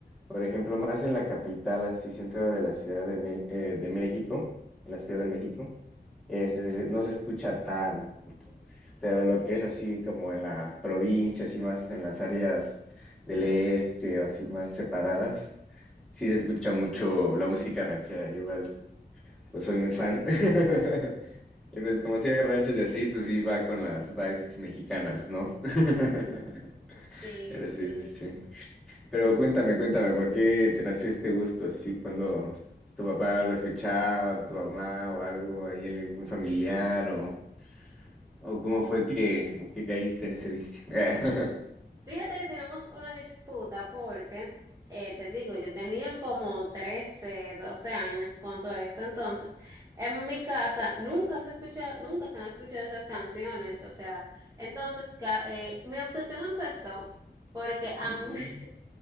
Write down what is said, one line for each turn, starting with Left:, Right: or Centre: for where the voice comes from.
Centre: Por ejemplo, más en la capital, así centro de la Ciudad de, Me- eh, de México, en la Ciudad de México, es- es- no se escucha tanto. Pero lo que es así como en la provincia, así más en las áreas del este o así más separadas, sí se escucha mucho la música ranchera, igual. pues soy muy fan. <laughs> Y pues como hacía ranchos y así, pues iba con las vibes mexicanas, ¿no? <laughs>
Right: Sí,
Centre: Pero sí,
Right: sí.
Centre: sí, sí. Pero cuéntame, cuéntame, ¿por qué te nació este gusto así cuando tu papá lo escuchaba, tu mamá o algo, ahí en algún familiar
Right: Ah.
Centre: o, o cómo fue que, que caíste en ese vicio? <laughs>
Right: Fíjate que tenemos una disputa porque, eh, te digo, yo tenía como 13 12 años cuando eso, entonces en mi casa nunca se escucha, nunca se han escuchado esas canciones, o sea, entonces ca- eh, mi obsesión empezó porque a
Centre: Ujú,
Right: mí, me- <laughs>